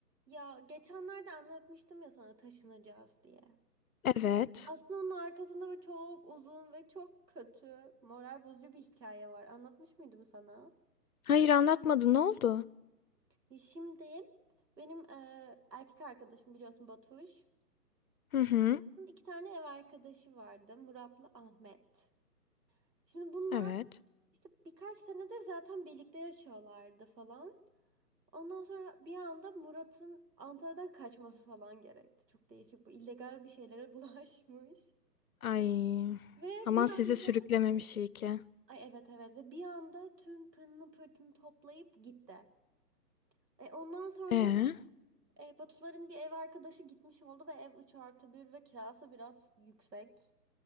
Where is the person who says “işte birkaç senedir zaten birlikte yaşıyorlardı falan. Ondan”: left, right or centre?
Right